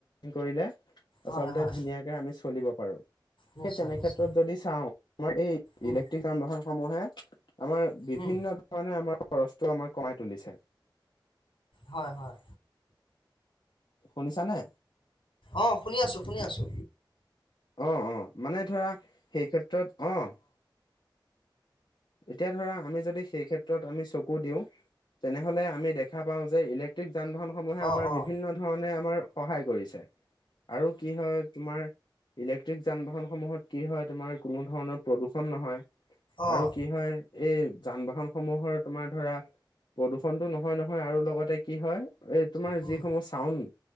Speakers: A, on the left; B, on the left.
A: কৰিলে আচলতে
B: হয় হয়
A: ধুনীয়াকে আমি চলিব পাৰো। সেই
B: নিশ্চয়
A: তেনেক্ষেত্ৰত
B: নিশ্চয়
A: যদি চাওঁ আমাৰ এই
B: উম,
A: ইলেকট্ৰিক যান বাহনসমূহে আমাৰ বিভিন্ন
B: উম,
A: ধৰণে আমাৰ খৰচটো আমাৰ কমাই তুলিছে।
B: হয়, হয়।
A: শুনিছানে
B: অ', শুনি আছো, শুনি আছো।
A: অ', অ', মানে ধৰা সেই ক্ষেত্ৰত অ', এতিয়া ধৰা আমি যদি সেই ক্ষেত্ৰত আমি চকু দিওঁ তেনেহ'লে আমি দেখা পাও যে ইলেক্ট্ৰিক যান বাহনসমূহে
B: অ',
A: আমাৰ
B: অ',
A: বিভিন্ন ধৰণে আমাৰ সহায় কৰিছে। আৰু কি হয় তোমাৰ ইলেক্ট্ৰিক যান বাহনসমূহত কি হয় তোমাৰ কোনো ধৰণৰ প্ৰদূষণ নহয়,
B: অ',
A: আৰু কি হয় এই যান বাহন সমূহৰ তোমাৰ ধৰা প্ৰদূষণটো নহয় নহয়, আৰু লগতে কি হয় এই তোমাৰ
B: উম,
A: যিসমূহ চাউণ্ড